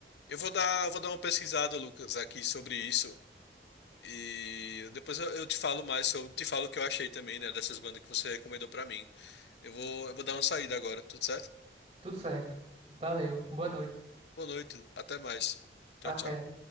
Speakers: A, on the left; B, on the right.
A: Eu vou dar, vou dar uma pesquisada, Lucas, aqui sobre isso. E depois eu, eu te falo mais sobre, te falo o que eu achei também, né, dessas bandas que você recomendou pra mim. Eu vou, eu vou dar uma saída agora, tudo certo?
B: Tudo certo. Valeu. Boa noite.
A: Boa noite, até mais. Tchau,
B: Até.
A: tchau.